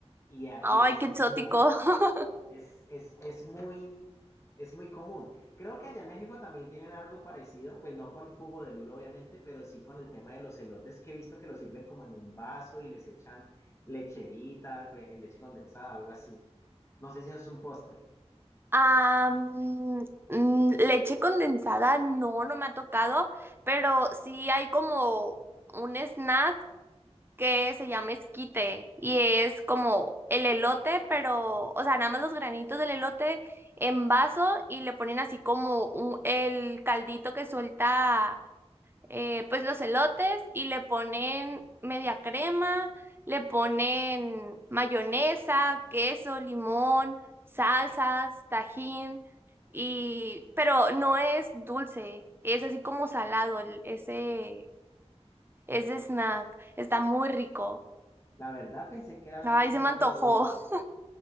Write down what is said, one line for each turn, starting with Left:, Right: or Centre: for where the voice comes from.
Left: Y aquí
Right: Ay,
Left: es
Right: qué exótico.
Left: muy
Right: <laughs>
Left: es, es, es muy, es muy común. Creo que allá en México también tienen algo parecido, pues no con jugo de lulo, obviamente, pero sí con el tema de los elotes, que he visto que los sirven como en un vaso y les echan lecherita, le- leche condensada, algo así. No sé si es un postre.
Right: Ah, mm, mm, leche condensada, no, no me ha tocado, pero sí hay como un snack que se llama esquite y es como el elote, pero, o sea, nada más los granitos del elote en vaso y le ponen así como un- el caldito que suelta, eh, pues los elotes y le ponen media crema, le ponen mayonesa, queso, limón, salsas, tajín y, pero no es dulce, es así como salado el- ese, ese snack, está muy rico.
Left: La verdad pensé que era algo
Right: Ay,
Left: me
Right: se
Left: tirando
Right: me antojó.
Left: a dulce.
Right: <laughs>